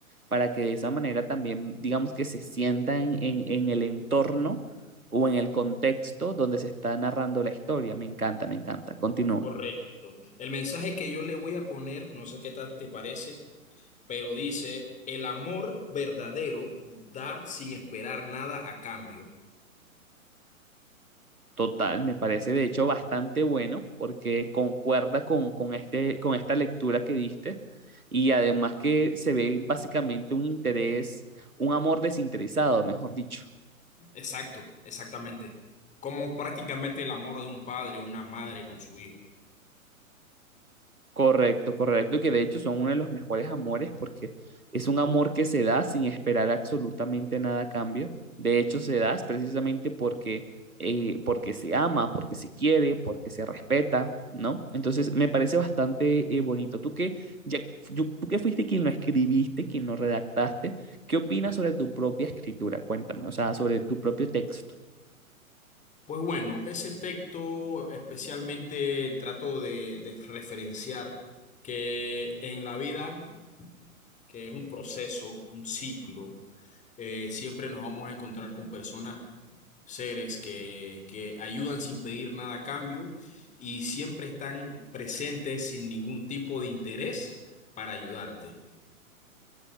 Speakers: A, on the right (about 85°); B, on the left (about 15°).
A: para que de esa manera también, digamos que se sienta en, en- en el entorno o en el contexto donde se está narrando la historia. Me encanta, me encanta. Continúa.
B: correcto. El mensaje que yo le voy a poner, no sé qué tal te parece, pero dice, el amor verdadero da sin esperar nada a cambio.
A: Total, me parece de hecho bastante bueno porque concuerda con, con, este, con esta lectura que diste y además que se ve básicamente un interés, un amor desinteresado, mejor dicho.
B: Exacto, exactamente. Como prácticamente el amor de un padre, una madre con su hijo.
A: Correcto, correcto, que de hecho son uno de los mejores amores porque es un amor que se da sin esperar absolutamente nada a cambio. De hecho, se da es precisamente porque, eh, porque se ama, porque se quiere, porque se respeta, ¿no? Entonces, me parece bastante eh, bonito. Tú que, ya, yo- tú que fuiste quien lo escribiste, quien lo redactaste, ¿qué opinas sobre tu propia escritura? Cuéntame, o sea, sobre tu propio texto.
B: Pues bueno, ese texto especialmente trato de, de referenciar que en la vida, que es un proceso, un ciclo, eh, siempre nos vamos a encontrar con personas, seres que, que ayudan sin pedir nada a cambio y siempre están presentes sin ningún tipo de interés para ayudarte.